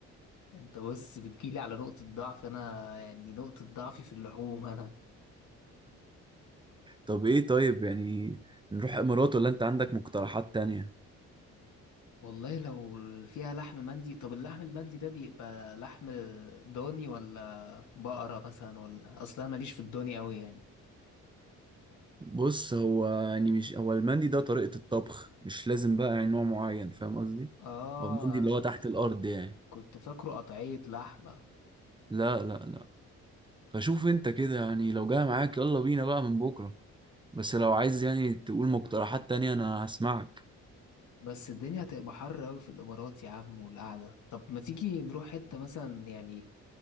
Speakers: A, on the left; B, on the right.
A: انت بص بتجيلي على نقطة ضعف انا يعني نقطة ضعفي في اللحوم انا
B: طب ايه طيب يعني نروح امارات ولا انت عندك مقترحات تانية
A: والله لو فيها لحم مندي طب اللحم المندي ده بيبقى لحم ضاني ولا بقرة مثلا ولا اصلا ماليش في الضاني قوي يعني
B: بص هو يعني مش هو المندي ده طريقة الطبخ مش لازم بقى يعني نوع معين فاهم قصدي
A: اه
B: هو المندي
A: انا
B: اللي
A: كنت
B: هو تحت الارض يعني
A: كنت فاكره قطعية لحمة
B: لا لا لا فشوف انت كده يعني لو جاي معاك يلا بينا بقى من بكرة بس لو عايز يعني تقول مقترحات تانية انا هسمعك
A: بس الدنيا هتبقى حر قوي في الامارات يا عم والقعدة طب ما تيجي نروح حتة مثلا يعني